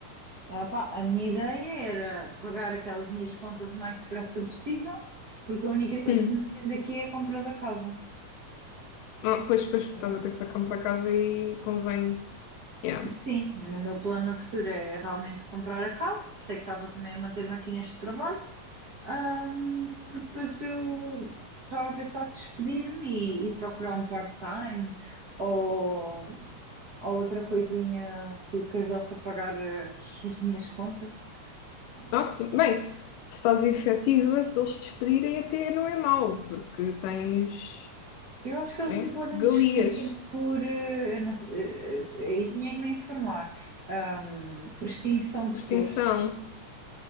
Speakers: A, on the right (about 50°); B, on the left (about 85°).
A: Ah, pá, a minha ideia era pagar aquelas minhas contas o mais depressa possível, porque a única coisa
B: Hum.
A: que me prende aqui é a compra da casa.
B: Ah, pois, pois, estás
A: E,
B: a pensar como para casa e convém. Yeah.
A: Sim, no meu plano no futuro é realmente comprar a casa, por isso é que estava também a manter-me aqui neste trabalho Ahm, porque depois eu estava a pensar despedir-me e, e procurar um part-time ou, ou outra coisinha que, que ajudasse a pagar eh, <laughs> as minhas contas. Ah,
B: Ah, sim. Bem, se estás efetiva, se eles te despedirem, até não é mau, porque tens,
A: Eu acho que eles
B: né,
A: me podem
B: regalias
A: despedir por, eh, eu não sei, eh, eh, aí tinha que me informar, ahm, por extinção de
B: por
A: posto.
B: extensão.